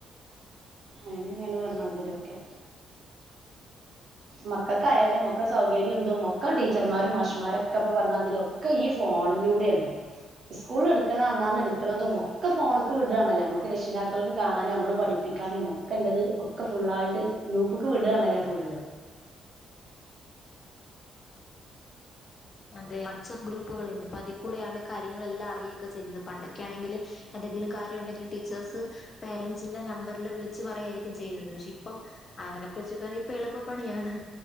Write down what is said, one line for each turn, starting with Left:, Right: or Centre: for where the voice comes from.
Right: അങ്ങനങ്ങെനെയാണ് പറഞ്ഞത് അതിലൊക്കെ മക്കക്കായാലും ഒക്കെ സൗകര്യം എന്തോ മി ക്ക ടീച്ചർമാരും മാഷ്മാരൊക്കെ ഇപ്പം പറഞ്ഞാ അതിലൊക്കെ ഈ ഫോണിലൂടെയാണ് സ്കൂളിൽ എടുക്കണത് അന്നന്ന് എടുക്കുന്നതും ഒക്കെ ഫോണിക്കൂടെ ഇടുവാണല്ലോ നമുക്ക് രക്ഷിതാക്കൾക്ക് കാണാനും നമ്മള് പഠിപ്പി ക്കാനും ഒക്കെ ഉള്ളത് ഒക്കെ ഫുള്ളായിട്ട് ഗ്രൂപ്പ്ക്ക് വിടുവാണല്ലോ ഫുള്ള്
Left: അതെ വാട്സ്ആപ്പ് ഗ്രൂപ്പുകളുണ്ട് ഇപ്പം അതിൽ കൂടെയാണ് കാര്യങ്ങളെല്ലാം അറിയുവൊക്കെ ചെയ്യുന്നത് പണ്ടൊക്കെ ആണെങ്കില് എന്തെങ്കിലും കാര്യം ഉണ്ടെങ്കിൽ ടീച്ചേഴ്സ് പേരൻറ്സിന്റെ നമ്പറിൽ വിളിച്ച് പറയുകായിരിക്കും ചെയ്യുന്നത് പക്ഷെ ഇ പ്പം അങ്ങനൊക്കെ വെച്ച് നോക്കിയാൽ ഇപ്പം എളുപ്പപ്പണിയാണ്